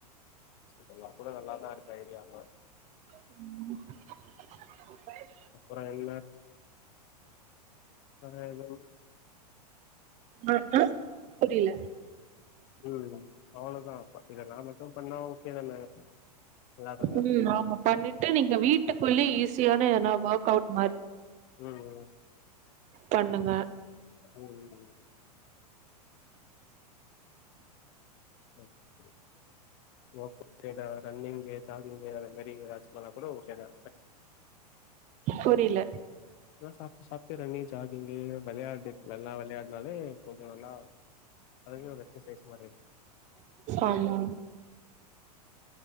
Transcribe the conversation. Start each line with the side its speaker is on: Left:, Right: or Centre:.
Left: இந்த லப்பரே நல்லாதா இருக்கு ஐடியாங்க
Right: ம்
Left: அப்றோ என்ன ஹலோ
Right: ஆ அ புரில
Left: ம் அவ்ளோதா இத நா மட்டு பண்ணா ஓகே தான நல்லாதான
Right: ம்
Left: இருக்கும்
Right: ஆமா பண்ணிட்டு நீங்க வீட்டுக்குள்ள ஈஸியான எதனா ஒர்க் அவுட்
Left: ம் ம்
Right: பண்ணுங்க
Left: ம் ம்‌‌ ம் ம் ஓகே‌ தா ரன்னிங்கு ஜாகிங்கு அது மாரி பண்ணா கூட ஓகே தா
Right: புரில
Left: என்ன சாப்ட்டு சாப்ட்டே ரன்னிங் ஜாகிங்க வெலயா நல்லா வெளையாடுனாலே கொஞ்ச நல்லா அதுவே ஒரு எ்சசேஷ் மாதிரி இருக்கு
Right: ஆமா